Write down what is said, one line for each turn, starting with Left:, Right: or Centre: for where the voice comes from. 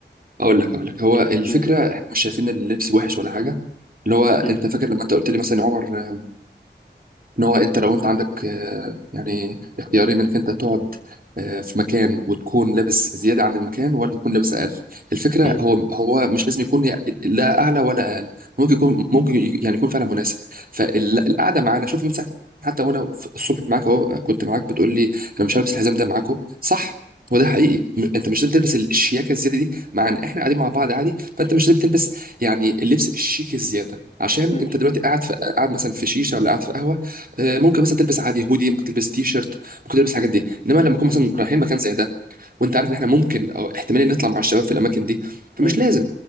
Right: اقول لك اقول لك هو الفكره
Left: مم.
Right: احنا مش شايفين اللبس وحش ولا حاجه اللي هو انت
Left: مم.
Right: فاكر لما انت قلت لي مثلا يا عمر ان هو انت لو انت عندك آه، يعني اختيارين انك انت تقعد آه، في مكان وتكون لابس زياده عن المكان ولا تكون لابس اقل الفكره
Left: مم.
Right: هو هو مش لازم يكون يع- لا اعلى ولا اقل ممكن يكون ممكن ي- يعني يكون فعلا مناسب فالقعده معانا شوف مثلا حتى وانا في الصبح معاك اهو كنت معاك بتقول لي انا مش هلبس الحزام ده معاكم صح هو ده حقيقي م- انت مش لازم تلبس الشياكه الزياده دي معانا احنا قاعدين مع بعض عادي فانت مش لازم تلبس يعني اللبس الشيك الزياده عشان
Left: مم.
Right: انت دلوقتي قاعد في قاعد مثلا في شيشه ولا قاعد في قهوه آه، ممكن مثلا تلبس عادي هودي ممكن تلبس تي شيرت ممكن تلبس الحاجات دي انما لما نكون
Left: مم.
Right: مثلا رايحين مكان زي ده وانت عارف ان احنا ممكن او احتمال نطلع مع الشباب في الاماكن دي فمش
Left: مم.
Right: لازم